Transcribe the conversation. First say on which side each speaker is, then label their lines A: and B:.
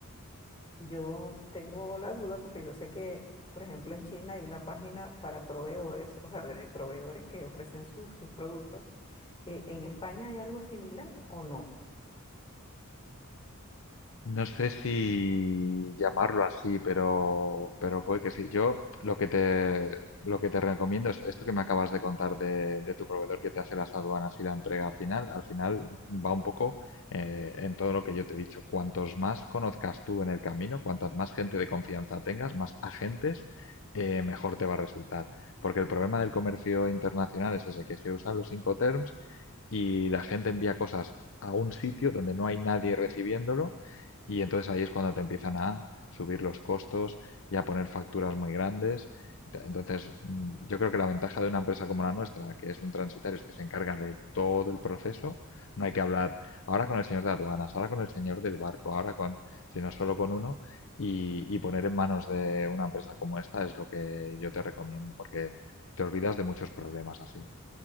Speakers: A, on the left (about 25°); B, on the left (about 65°).
A: yo tengo la duda porque yo sé que, por ejemplo, en China hay una página para proveedores, o sea, de de proveedores que ofrecen sus sus productos. Eh, ¿en España hay algo similar o no?
B: No sé si llamarlo así, pero, pero puede que sí. Yo lo que te, lo que te recomiendo es esto que me acabas de contar de, de tu proveedor que te hace las aduanas y la entrega final. Al final va un poco eh, en todo lo que yo te he dicho. Cuantos más conozcas tú en el camino, cuantas más gente de confianza tengas, más agentes, eh, mejor te va a resultar. Porque el problema del comercio internacional es ese, que se usan los Incoterms y la gente envía cosas a un sitio donde no hay nadie recibiéndolo y entonces ahí es cuando te empiezan a subir los costos y a poner facturas muy grandes. Entonces, mm, yo creo que la ventaja de una empresa como la nuestra, que es un transitario, es que se encarga de todo el proceso. No hay que hablar ahora con el señor de aduanas, ahora con el señor del barco, ahora con, sino solo con uno. Y, y poner en manos de una empresa como esta es lo que yo te recomiendo, porque te olvidas de muchos problemas así.